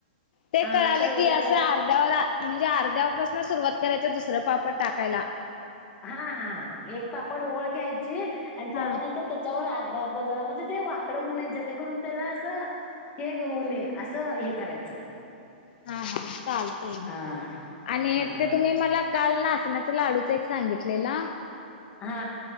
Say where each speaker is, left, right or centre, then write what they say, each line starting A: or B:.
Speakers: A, on the left; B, on the left.
A: ते
B: हा
A: कळालं
B: एकाला
A: की असं अर्ध्यावर म्हणजे अर्ध्यापासून सुरुवात करायची दुसरा पापड टाकायला
B: हा हा म एक पापड ओळ घ्यायची आणि त्याला
A: हा
B: नाहीतर त्याच्यावरर् अर्ध अर्ध जरा म्हणजे ते वाकडं होऊ नये जेणेकरून त्याला असं हे होऊ नये असं हे करायचं
A: हा हा चालत घ्या
B: हा
A: आणि
B: हा
A: ते तुम्ही मला काल ना नाचण्याच लाडूच एक सांगितलेला
B: हा